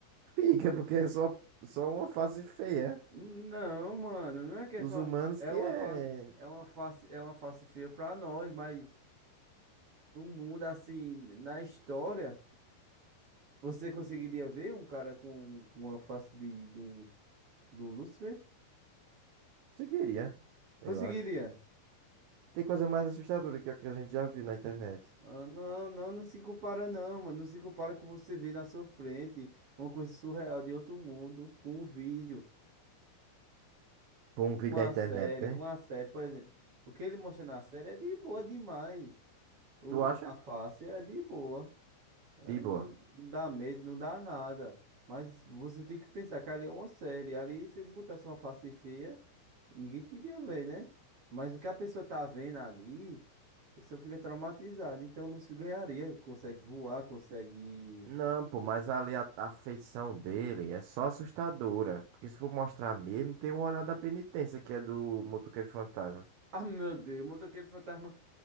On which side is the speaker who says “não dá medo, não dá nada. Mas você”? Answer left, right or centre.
Right